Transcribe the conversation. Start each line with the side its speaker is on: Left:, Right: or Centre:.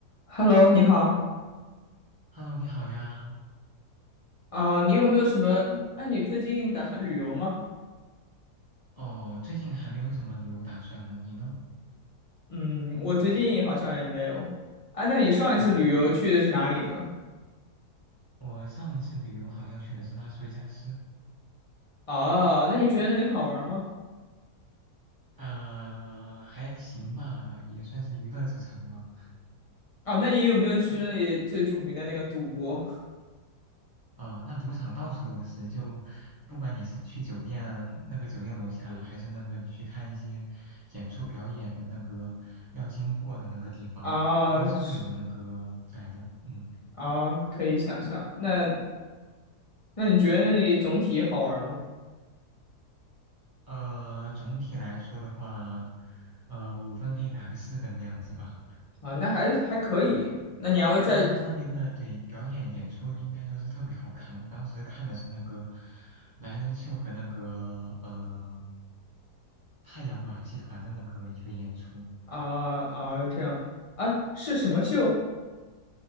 Left: Hello，你好
Right: Hello，你好呀。
Left: 啊你有没有什么？哎，你最近打算旅游吗？
Right: 哦，最近还没有什么旅游打算呢，你呢？
Left: 嗯，我最近好像也没有。啊，那你上一次旅游去的是哪里呢？
Right: 哦，我上一次旅游好像去的是拉斯维加斯，
Left: 哦，那你觉得那里好玩吗？
Right: 啊、还行吧，也算是娱乐之城嘛。
Left: 哦，那你有没有去那里最著名的那个赌博？
Right: 那边啊、那赌场到处都是，就不管你是去酒店那个酒店楼下，还是那个你去看一些演出表演的那个要经过的那个地方，
Left: 啊，
Right: 都是会有那个在的。
Left: 是
Right: 嗯。
Left: 啊，可以想象。那那你觉得那里总体好玩吗？
Right: 呃，总体来说的话，呃，五分可以打个四分的样子吧。
Left: 啊，那还还可以。
Right: 对，
Left: 那你还会再
Right: 因为他们那边的对表演演出应该说是特别好看。我当时看的是那个男人秀和那个呃太阳马戏团的那个一个演出，
Left: 啊啊这样啊？是什么秀？